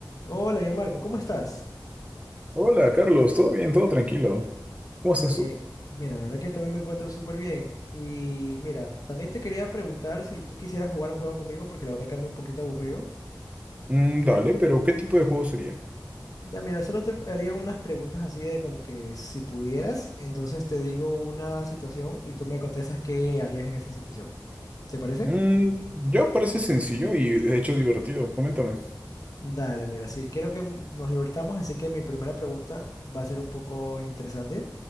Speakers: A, on the left (about 50°); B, on the right (about 15°).
A: Hola, Gianmarco, ¿cómo estás?
B: Hola, Carlos, ¿todo bien? ¿Todo tranquilo? ¿Cómo estás
A: Eh,
B: tú?
A: mira, la verdad que yo también me encuentro súper bien. Y mira, también te quería preguntar si tú quisieras jugar un juego conmigo, porque la verdad que ando un poquito aburrido.
B: Mm, dale, pero ¿qué tipo de juego sería?
A: Ya, mira, solo te haría unas preguntas así de como que si pudieras, entonces te digo una situación y tú me contestas qué harías en esa situación. ¿Te parece?
B: Mm, ya parece sencillo y de hecho divertido. Coméntame.
A: Dale, mira, sí, quiero que m- nos divertamos, así que mi primera pregunta va a ser un poco interesante,